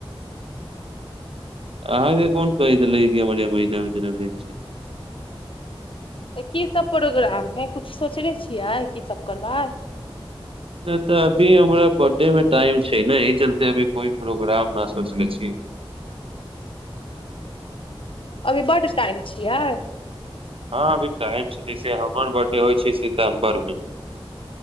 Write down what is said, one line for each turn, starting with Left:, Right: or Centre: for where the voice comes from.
Right: अहाँके कोन कहै दलैक जे एहि महिना मे जन्मदिन छै
Left: तऽ कीसभ प्रोग्राम है किछु सोचने छियै कीसभ करबै
Right: नहि तऽ अभी हमरा बर्थडे मे टाइम छै एहि चलते अभी कोइ प्रोग्राम न सोचले छीिय
Left: अभी बड्ड टाइम छियै
Right: हँ अभी टाइम छै जैसे हमर बर्थडे होइ छै सितम्बर मे